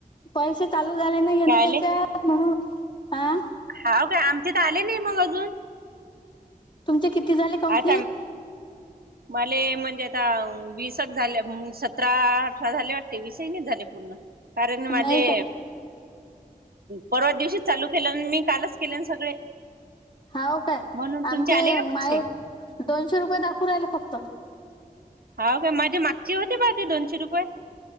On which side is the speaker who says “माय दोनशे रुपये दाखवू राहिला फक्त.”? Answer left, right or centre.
Left